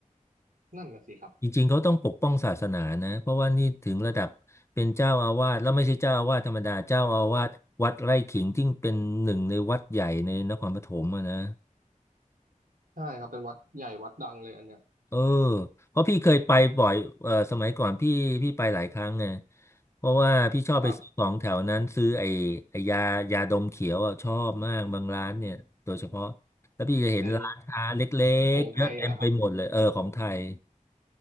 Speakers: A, on the right; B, on the left.
A: นั่นน่ะสิครับ
B: จริงๆเขาต้องปกป้องศาสนานะเพราะว่านี่ถึงระดับเป็นเจ้าอาวาสแล้วไม่ใช่เจ้าอาวาสธรรมดาเจ้าอาวาสวัดไร่ขิงที่เป็นหนึ่งในวัดใหญ่ในนครปฐมอะนะ
A: ใช่ครับเป็นวัดใหญ่วัดดังเลยอันเนี้ย
B: เออเพราะพี่เคยไปบ่อยเออสมัยก่อนพี่พี่ไปหลายครั้งไงเพราะว่าพี่ชอบไปซื้อของแถวนั้นซื้อไอ้ไอ้ยายาดมเขียวอะชอบมากบางร้านเนี่ยโดยเฉพาะ
A: ครับ
B: แล้วพี่จะเห็นร้านค้าเล็กๆเยอะเต็มไปหมดเลยเออของไทย
A: ไอหงส์ไทยอะเหรอครับ